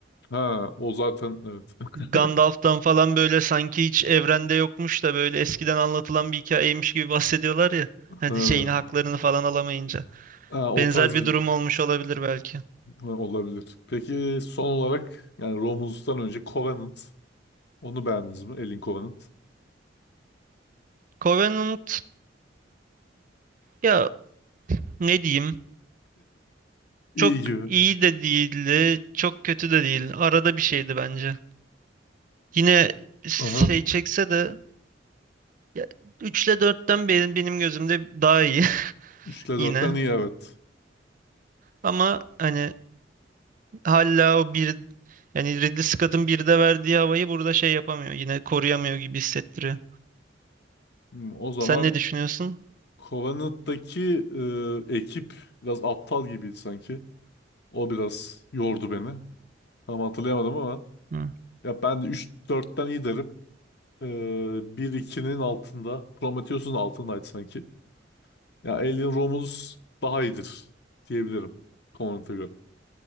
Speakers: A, on the left; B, on the right.
A: Ha, o zaten evet. <laughs>
B: Gandalf'tan falan böyle sanki hiç evrende yokmuş da böyle eskiden anlatılan bir hikayeymiş gibi bahsediyorlar ya.
A: Ha.
B: Hani şeyini haklarını falan alamayınca.
A: Ha, o
B: Benzer
A: tarz
B: bir
A: bir
B: durum olmuş olabilir belki.
A: Ha, Olabilir. Peki son olarak yani Romulus'tan önce Covenant. Onu beğendiniz mi? Alien Covenant.
B: Covenant ya ne diyeyim?
A: İyi
B: Çok
A: gibi.
B: iyi de değildi, çok kötü de değil. Arada bir şeydi bence. Yine şey
A: Aha.
B: çekse de ya, 3 ile 4'ten benim, benim gözümde daha iyi
A: 3'te
B: <laughs> yine.
A: dörtten iyi evet.
B: Ama hani hala o bir yani Ridley Scott'ın bir de verdiği havayı burada şey yapamıyor. Yine koruyamıyor gibi hissettiriyor.
A: Hmm, o zaman
B: Sen ne düşünüyorsun?
A: Covenant'taki e, ekip biraz aptal gibiydi sanki. O biraz yordu beni. Tam hatırlayamadım ama
B: Hı.
A: ya ben de 3-4'ten iyi derim. E, 1-2'nin altında. Prometheus'un altındaydı sanki. Ya Alien Romulus daha iyidir diyebilirim Covenant'a göre.